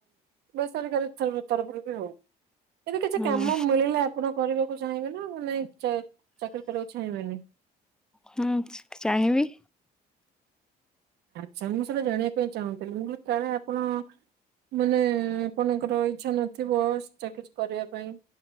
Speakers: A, on the right (about 75°); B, in the centre.
A: ବେସରକାରୀ ତରଫରୁ ବି ହଉ କିନ୍ତୁ କିଛି
B: ହୁଁ
A: କାମ ମିଳିଲେ ଆପଣ କରିବାକୁ ଚାହିଁବେ ନା ନାଇଁ ଚାକିରୀ କରିବାକୁ ଚାହିଁବେନି?
B: ହୁଁ ଚାହିଁବି।
A: ଆଚ୍ଛା ମୁଁ ସେଇଟା ଜାଣିବା ପାଇଁ ଚାହୁଁଥିଲି ମୁଁ କାଳେ ଆପଣ ମାନେ ଆପଣଙ୍କର ଇଚ୍ଛା ନଥିବ ଚାକିରୀ କରିବା ପାଇଁ।